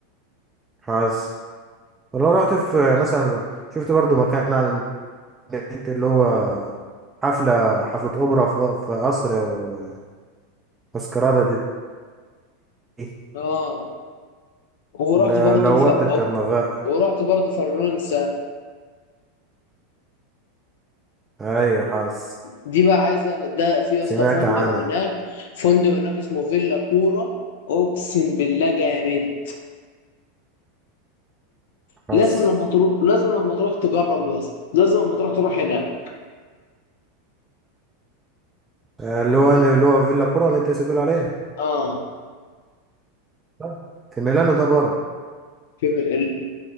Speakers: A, on the right; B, on the left.
A: حاسس ولو رحت في مثلا شفت برضو مكان على النت اللي هو حفلة حفلة أوبرا في في قصر أو ماسكرادة دي دي-
B: اه ورحت
A: لو
B: برضو
A: لو
B: ف...
A: وقت الكرنفال
B: ورحت برضو فرنسا
A: ايوه حاسس
B: دي بقى عايزه ده في يا
A: سمعت
B: اسطى فندق
A: عنها
B: هناك فندق هناك اسمه فيلا كوره اقسم بالله جامد
A: حاسس
B: لازم لما تروح لازم لما تروح تجربه يا اسطى لازم لما تروح تروح هنا
A: آه، اللي هو اللي هو فيلا كورة اللي انت لسه بتقول عليها
B: اه
A: آه. في ميلانو ده برضه
B: في ال...